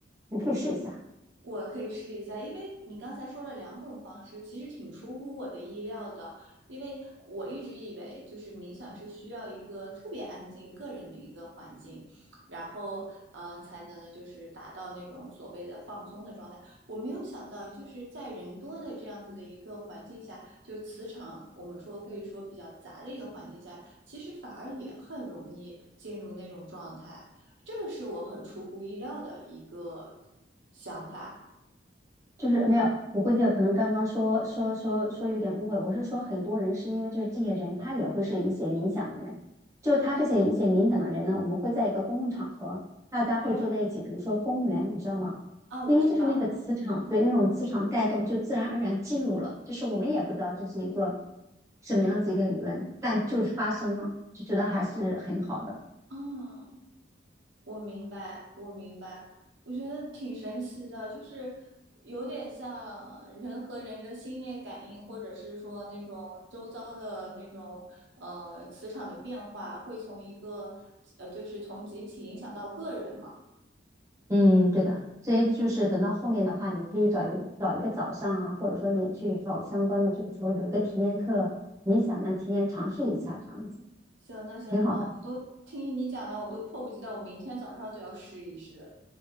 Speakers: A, on the right; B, on the right.
A: 你可以试一下。
B: 我可以试一下，因为你刚才说了两种方式，其实挺出乎我的意料的。因为我一直以为就是冥想是需要一个特别安静、个人的一个环境，然后嗯，才能就是达到那种所谓的放松的状态。我没有想到，就是在人多的这样子的一个环境下，就磁场我们说可以说比较杂的一个环境下，其实反而也很容易进入那种状态。这个是我很出乎意料的一个想法。
A: 就是没有，我估计可能刚刚说说说说有点误会，我是说很多人是因为就是这些人他也会是一些冥想的人，就他这些一些冥想的人呢，我们会在一个公共场合，大家会坐在一起，
B: 对，
A: 比如说公园，你知道吗？
B: 啊，我知道，
A: 因为就是那个磁场，被那种磁场带动，就自然而然进入了，就是我们也不知道这是一个什么样子一个理论，但就是发生了，
B: 嗯，
A: 就觉得还是很好的。
B: 哦，我明白，我明白，我觉得挺神奇的，就是有点像人和人的心电感应，或者是说那种周遭的那种呃磁场的变化，会从一个呃就是从集体影响到个人嘛。
A: 嗯，对的，所以就是等到后面的话，你可以找一找一个早上啊，或者说你也去找相关的，
B: 嗯，
A: 就是说有一个体验课，你想让体验尝试一下这样子，
B: 行，那行，
A: 挺好的。
B: 那我都听你讲完，我都迫不及待，我明天早上就要试一试。